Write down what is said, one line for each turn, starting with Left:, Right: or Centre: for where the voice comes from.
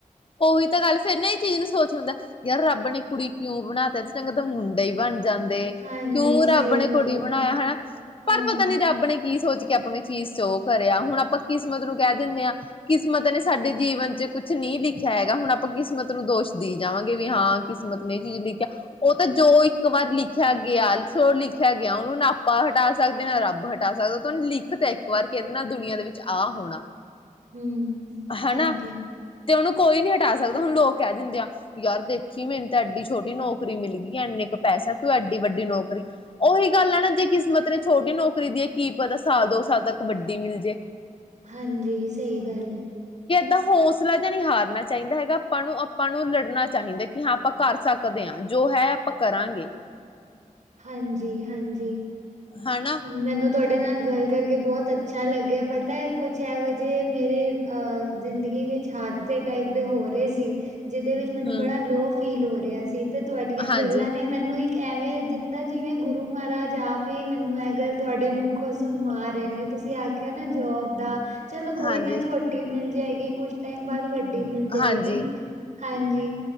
Left: ਉਹੀ ਤਾਂ ਗੱਲ ਫੇਰ ਨਾ ਇਹ ਚੀਜ਼ ਨੂੰ ਸੋਚ ਹੁੰਦਾ ਯਾਰ ਰੱਬ ਨੇ ਕੁੜੀ ਕਿਉਂ ਬਣਾ ਤਾ ਤੇ ਚੰਗਾ ਤਾਂ ਮੁੰਡਾ ਹੀ ਬਣ ਜਾਂਦੇ
Right: ਹਾਂਜੀ,
Left: ਕਿਉਂ ਰੱਬ
Right: ਸਹੀ
Left: ਨੇ
Right: ਗੱਲ
Left: ਕੁੜੀ ਬਣਾਇਆ
Right: ਹੈ।
Left: ਹਨਾ,
Right: ਹਾਂ,
Left: ਪਰ ਪਤਾ ਨੀ ਰੱਬ ਨੇ ਕੀ ਸੋਚ ਕੇ, ਆਪਣੀ ਚੀਜ਼ ਸੋ ਕਰਿਆ ਹੁਣ ਆਪਾਂ ਕਿਸਮਤ ਨੂੰ ਕਹਿ ਦਿੰਨੇ, ਹਾਂ ਕਿਸਮਤ ਨੇ ਸਾਡੇ ਜੀਵਨ ਚ ਕੁਛ ਨਹੀਂ ਲਿਖ ਲਿਖਿਆ ਹੈਗਾ, ਹੁਣ ਆਪਾਂ ਕਿਸਮਤ ਨੂੰ ਦੋਸ਼ ਦੇ ਜਾਵਾਂਗੇ ਵੀ ਹਾਂ ਕਿਸਮਤ ਨੇ ਇਹ ਚੀਜ਼ ਲਿਖਿਆ ਉਹ ਤਾਂ ਜੋ ਇੱਕ ਵਾਰ ਲਿਖਿਆ ਗਿਆ ਲਿਖਿਆ ਗਿਆ, ਉਹਨੂੰ ਨਾ ਆਪਾ ਹਟਾ ਸਕਦੇ ਨਾ ਰੱਬ ਹਟਾ ਸਕਦਾ, ਤਾਂ ਉਹਨੂੰ ਲਿਖਤ ਇੱਕ ਵਾਰ ਕਹਿੰਦੇ ਨਾ ਦੁਨੀਆਂ ਦੇ ਵਿੱਚ ਆਹ ਹੋਣਾ
Right: ਹੂੰ, ਹਾਂਜੀ।
Left: ਹਨਾ ਤੇ ਉਹਨੂੰ ਕੋਈ ਨੀ ਹਟਾ ਸਕਦਾ, ਹੁਣ ਲੋਕ ਕਹਿ ਦਿੰਦੇ ਆ ਯਾਰ ਦੇਖੀ ਮੈਨੂੰ ਤਾਂ ਐਡੀ ਛੋਟੀ ਨੌਕਰੀ ਮਿਲ ਗਈ ਇੰਨੇ ਕੁ ਪੈਸਾ ਤੂੰ ਐਡੀ ਵੱਡੀ ਨੌਕਰੀ ਉਹੀ ਗੱਲ ਆ ਨਾ ਜੇ ਕਿਸਮਤ ਨੇ ਛੋਟੀ ਨੌਕਰੀ ਦੀ ਹੈ, ਕੀ ਪਤਾ ਸਾਲ ਦੋ ਸਾਲ ਤੱਕ ਵੱਡੀ ਮਿਲ ਜੇ।
Right: ਹਾਂਜੀ ਸਹੀ ਗੱਲ ਹੈ।
Left: ਦਾ ਹੌਸਲਾ ਜਾਂ ਹਾਰ ਕਰਨਾ ਚਾਹੀਦਾ ਹੈਗਾ, ਆਪਾਂ ਨੂੰ ਆਪਾਂ ਨੂੰ ਲੜਨਾ ਚਾਹੀਦਾ, ਕਿ ਹਾਂ ਆਪਾਂ ਕਰ ਸਕਦੇ ਹਾਂ ਜੋ ਹੈ ਆਪਾਂ ਕਰਾਂਗੇ।
Right: ਹਾਂਜੀ ਹਾਂਜੀ,
Left: ਹਨਾ
Right: ਮੈਨੂੰ ਤੁਹਾਡੇ, ਤੁਹਾਡੇ ਨਾਲ ਗੱਲ ਕਰਕੇ ਬਹੁਤ ਅੱਛਾ ਲੱਗਿਆ, ਪਤਾ ਹੈ ਕੁਛ ਇਹੋ ਜਿਹੇ ਮੇਰੇ ਅ ਜ਼ਿੰਦਗੀ ਵਿੱਚ ਹਾਦਸੇ ਟਾਈਪ ਦੇ ਹੋ ਰਹੇ ਸੀ। ਜਿਹਦੇ ਵਿੱਚ ਮੈਨੂੰ
Left: ਹਮ
Right: ਬੜਾ ਲੋ ਫੀਲ ਹੋ ਰਿ ਰਿਹਾ ਸੀ। ਤੇ ਤੁਹਾਡੀਆਂ
Left: ਹਾਂਜੀ
Right: ਗੱਲਾਂ ਨੇ ਮੈਨੂੰ ਇੱਕ ਐਵੇ ਦਿੱ ਤਾਂ ਜਿਵੇਂ ਗੁਰੂ ਮਹਾਰਾਜ ਜਾ ਫਿਰ ਮੈਨੂੰ ਇਹ ਗੱਲ ਤੁਹਾਡੇ ਮੁੱਖੋਂ ਸੁਣਾ ਰਹੇ ਨੇ ਤੁਸੀਂ ਆਖਿਆ ਨਾ, ਜੋਬ ਦਾ, ਚਲੋ ਕੋਈ
Left: ਹਾਂਜੀ
Right: ਨਾ ਛੋਟੀ ਮਿਲ ਜਾਏਗੀ, ਕੁਛ ਟਾਈਮ ਬਾਅਦ ਵੱਡੇ ਗੱਡੀ ਮਿਲ ਜਾਏਗੀ।
Left: ਹਾਂਜੀ
Right: ਹਾਂਜੀ,